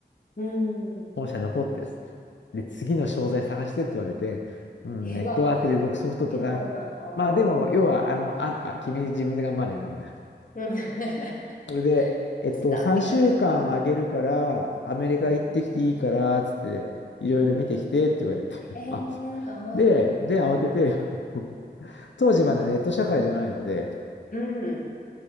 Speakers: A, on the left; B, on the left.
A: うん。
B: 本社残ってっつって。で、次の商材探してって言われて、うん、
A: ええわ。
B: ネットワークで動くソフトとか、
A: 絶対そんなの。
B: まあでも、要は、あの、あ、あ、君自分で頑張れなんだよ。
A: うん。<laughs>
B: それで、えっと、
A: 汗だって感じだったの。
B: 3週間あげるから、アメリカ行ってきていいから、
A: うん。
B: つってね、いろいろ見てきてって言われて、<laughs>
A: ええああ。
B: あ、そうで、で、慌てて、<laughs> 当時まだネット社会じゃないので、
A: うん。